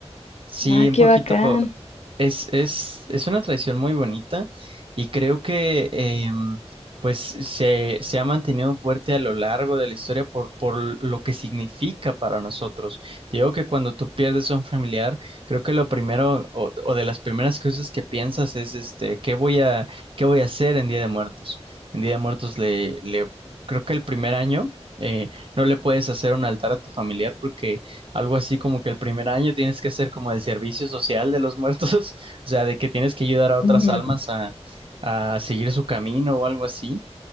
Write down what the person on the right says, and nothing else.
Sí,
un
poquito,
Es, es, es una tradición muy bonita y creo que em, pues se, se ha mantenido fuerte a lo largo de la historia por, por lo que significa para nosotros. Digo que cuando tú pierdes a un familiar, creo que lo primero o, o de las primeras cosas que piensas es este, ¿qué voy a, qué voy a hacer en Día de Muertos? En Día de Muertos le, le creo que el primer año eh, no le puedes hacer un altar a tu familiar porque algo así como que el primer año tienes que hacer como el servicio social de los muertos, <laughs> o sea, de que tienes que ayudar a otras
almas a, a seguir su camino o algo así.